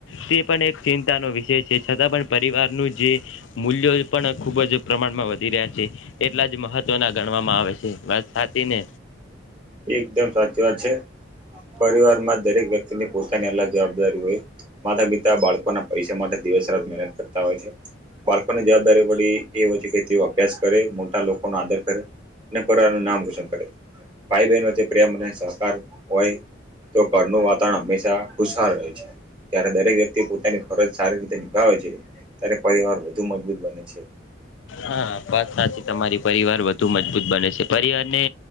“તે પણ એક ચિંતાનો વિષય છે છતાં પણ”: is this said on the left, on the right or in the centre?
Left